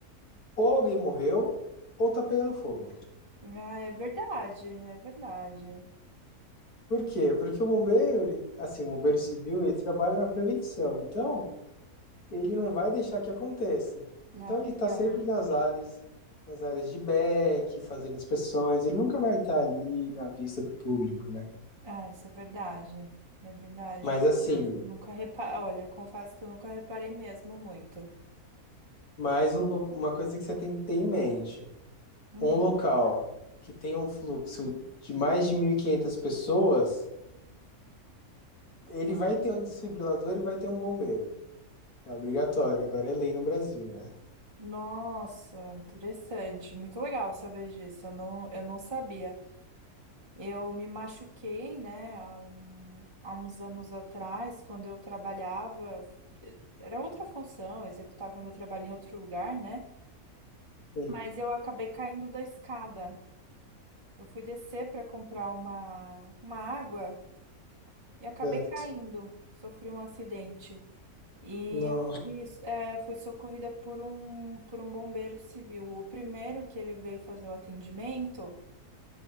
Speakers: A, on the left; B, on the right.
A: Ou alguém morreu, ou tá pegando fogo.
B: Ah, é verdade, é verdade.
A: Por quê? Porque o bombeiro, ele, assim, o bombeiro civil, ele trabalha na prevenção. Então, ele não vai deixar que aconteça. Então,
B: Ah,
A: ele
B: legal.
A: tá sempre nas áreas, nas áreas de back, fazendo inspeções. Ele nunca vai estar tá ali na vista do público, né?
B: Ah, isso é verdade. É verdade.
A: Mas, assim,
B: porque eu nunca reparei. Olha, eu confesso que eu nunca reparei mesmo muito.
A: mais um, uma coisa que você tem que ter em mente.
B: Hum.
A: um local que tem um fluxo de mais de 1.500 pessoas, ele vai ter um desfibrilador e vai ter um bombeiro. É obrigatório, agora é lei no Brasil, né?
B: Nossa, interessante, muito legal saber disso. Eu não, eu não sabia. Eu me machuquei, né, há, um, há uns anos atrás, quando eu trabalhava, eh, era outra função, eu executava meu trabalho em outro lugar, né?
A: Sim,
B: Mas eu acabei caindo da escada. Eu fui descer para comprar uma, uma água e acabei
A: certo.
B: caindo, sofri um acidente. E
A: Não.
B: eu fui, é, fui socorrida por um, por um bombeiro civil. O primeiro que ele veio fazer o atendimento,